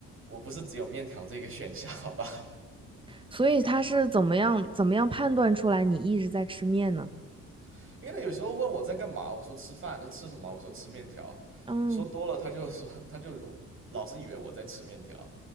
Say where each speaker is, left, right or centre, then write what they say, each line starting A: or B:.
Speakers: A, on the right; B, on the right.
A: 我不是只有面条这个选项，好吧？
B: 所以他是怎么样怎么样判断出来你一直在吃面呢？
A: <laughs> 因为她有时候问我在干嘛，我说吃饭，她吃什么？我说吃面条，
B: 嗯，
A: 说多了她就说她就老是以为我在吃面条。